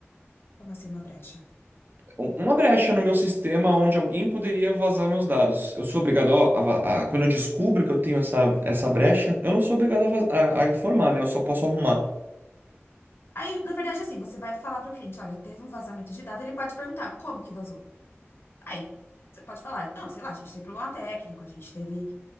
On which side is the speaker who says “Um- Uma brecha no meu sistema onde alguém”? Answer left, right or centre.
Right